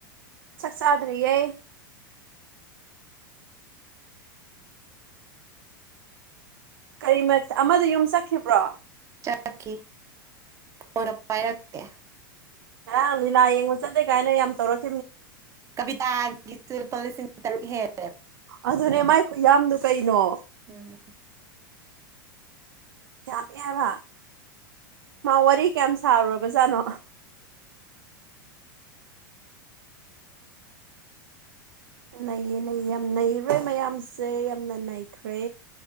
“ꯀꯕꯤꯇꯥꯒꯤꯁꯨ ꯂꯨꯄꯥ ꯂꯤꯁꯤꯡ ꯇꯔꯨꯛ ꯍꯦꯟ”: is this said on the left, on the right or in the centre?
Right